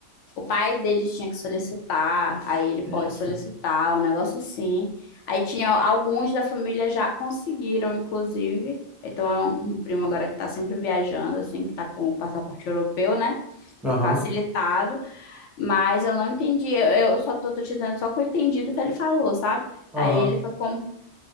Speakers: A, on the left; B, in the centre.
A: o pai deles tinha que solicitar, aí ele pode
B: Isso.
A: solicitar, um negócio assim. Aí tinha alguns da família já conseguiram, inclusive. Então é um um primo agora que está sempre viajando, assim, que está com o passaporte europeu, né?
B: Aham,
A: Facilitado. Mas eu não entendi. Eu, eu só tô, tô te dizendo só que eu entendi do que ele falou, sabe?
B: aham,
A: Aí ele foi com